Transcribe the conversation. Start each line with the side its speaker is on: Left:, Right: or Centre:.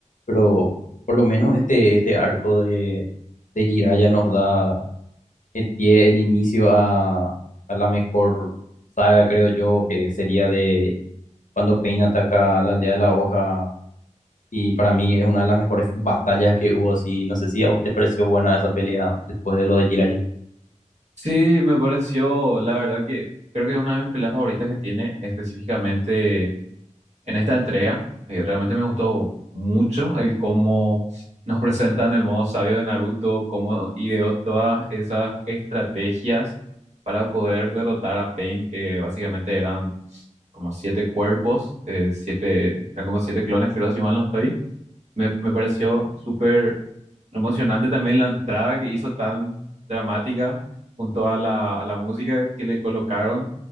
Left: pero por lo menos este, este arco de, de Jiraiya nos da el pie, el inicio a, a la mejor saga, creo yo, que sería de cuando Pain ataca a la aldea de la hoja. Y para mí es una de las mejores batallas que hubo, así. No sé si a vos te pareció buena esa pelea después de lo de Jiraiya.
Right: Sí, me pareció, la verdad que creo que es una de mis peleas favoritas que tiene específicamente en esta entrega. Eh, realmente me gustó mucho el cómo nos presentan el modo sabio de Naruto, cómo ideó todas esas estrategias para poder derrotar a Pain, que básicamente eran como siete cuerpos, eh, siete, eran como siete clones, creo, si mal no estoy. Me, me pareció súper emocionante también la entrada que hizo tan dramática junto a la, a la música que le colocaron.